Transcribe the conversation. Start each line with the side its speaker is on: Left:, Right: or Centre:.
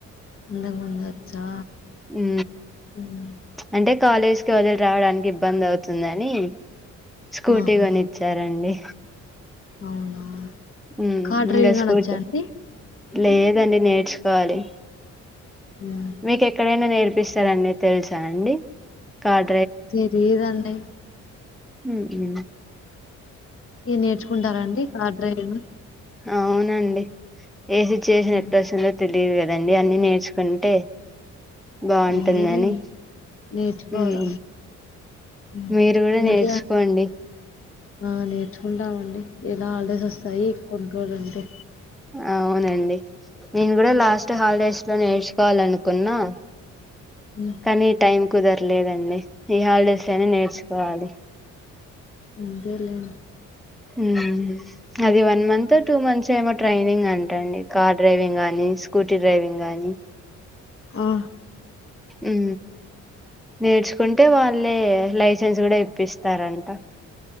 Left: ఇంతకు ముందు వచ్చా
Centre: ఊ
Left: ఉమ్
Centre: అంటే కాలేజ్కి వదిలి రావడానికి ఇబ్బంది అవుతుందని స్కూటీ
Left: ఆహా
Centre: కొనిచ్చారండీ
Left: అవునా
Centre: ఉమ్
Left: కార్ డ్రైవింగ్
Centre: ఇంగ స్కూటీ
Left: అనచ్చా అండి
Centre: లేదండి నేర్చుకోవాలి.
Left: ఉమ్
Centre: మీకు ఎక్కడైనా నేర్ ఇస్తారని తెల్సా అండి. కార్
Left: తెలీయదండి.
Centre: ఉ ఉ
Left: ఈ నేర్చుకుంటారండి కార్ డ్రైవింగ్
Centre: అవునండి. ఏ సిచ్యువేషన్
Left: హ్మ్.
Centre: ఎట్ల వస్తుందో తె లేవు కదండి అన్ని నేర్చుకుంటే బాగుంటుందని
Left: అంతేలెండి నేర్చుకోవాల.
Centre: హ్ మ్
Left: హ్మ్.
Centre: మీరు గూడ
Left: ఇంకే
Centre: నేర్చుకోండి.
Left: ఆ నేర్చుకుంటామండి. ఎలా హాలిడేస్ వస్తాయి కొన్ని రోలుంటే
Centre: అవునండి. నేను గూడా లాస్ట్ హాలిడేస్లో నేర్చ్ కాల్ అనుకున్నా
Left: హ్మ్.
Centre: కని టైం కుదరలేదండి ఈ హాలిడేస్లో అయినా నేర్చుకోవాలి.
Left: అంతేలే
Centre: ఊ అది వన్ మంత్ టూ మంత్స్ ఏమో ట్రైనింగ్ అంట అండి కార్ డ్రైవింగ్ గానీ స్కూటీ డ్రైవింగ్ గానీ
Left: ఆ!
Centre: ఊ.. నేర్చుకుంటే వాళ్ళే లైస్ <inaudible> గూడా ఇప్పిస్తారంట